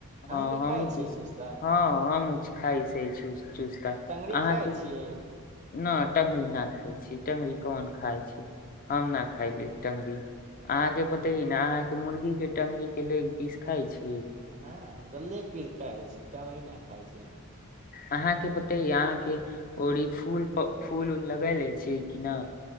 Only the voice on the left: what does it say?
हँ हमू
च
हँ हम खाइ से चुस्ता
अहाँके
नहि टगरी नहि खाइ छी ट्गरी कोन खाइ छी हम न खायले टंगरी अहाँ के बतेय न अहाँ के मुर्गी के टंगरी के ले एक पीस खाई छी
अहाँके बतैए अहाँके र ई फूल फूल उल लग ले छियै कि न